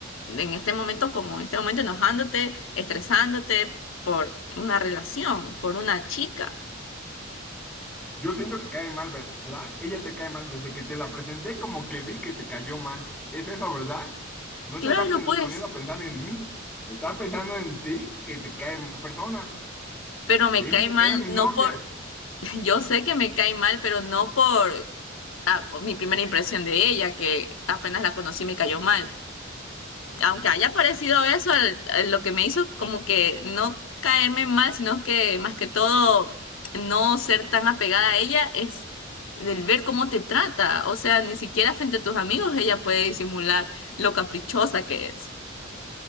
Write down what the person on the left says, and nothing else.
en este momento como en este momento enojándote, estresándote por una relación, por una chica.
Claro,
pues.
pero
me cae
mal,
no
por, <laughs> yo sé que me cae mal, pero no por ah, por mi primera impresión de ella, que apenas la conocí me cayó mal. Aunque haya parecido eso, al- a lo que me hizo como que no caerme mal, sino que más que todo no ser tan apegada a ella es del ver cómo te trata. O sea, ni siquiera frente a tus amigos ella puede disimular lo caprichosa que es.